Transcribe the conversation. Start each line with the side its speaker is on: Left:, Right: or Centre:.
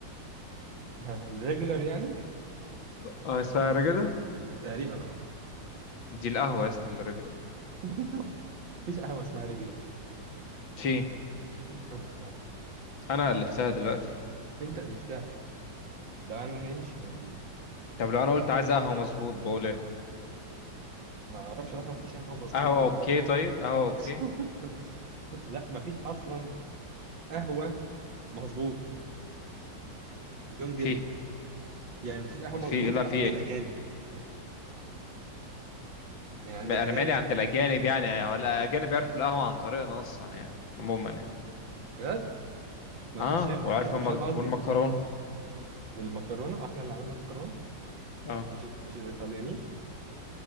Right: <laughs> الريجولر يعني
Left: اه اسمها الرجله
Right: تقريبا اه
Left: دي القهوه يا اسطى الرجله
Right: <laughs> مفيش قهوه اسمها ريجولر
Left: في
Right: مفيش قهوه اسمها ريجولر
Left: انا الفتها دلوقتي
Right: انت الفتها ده انا انا مش موجوده
Left: طب لو انا قلت عايز قهوه مظبوط بقول ايه
Right: ما اعرفش اصلا مفيش قهوه مظبوط
Left: قهوه
Right: بال
Left: اوكي طيب قهوه
Right: <laughs>
Left: اوكي
Right: لا مفيش اصلا قهوه مظبوط بدون
Left: في
Right: جري يعني مفيش قهوه
Left: ما
Right: مظبوط
Left: في لا في
Right: عند الاجانب
Left: اكيد
Right: يعني عند
Left: ما-
Right: الاجانب
Left: انا مالي عند الاجانب يعني هو الاجانب يعرفوا القهوه عن طريقنا اصلا يعني عموما يعني
Right: بجد ما
Left: اه
Right: انت مش فاهم
Left: وعارف
Right: ما انت
Left: المج...
Right: مش فاهم قصدي
Left: والمكرونه
Right: والمكرونه احنا اللي عملنا المكرونه
Left: اه
Right: مش مش الايطاليانيين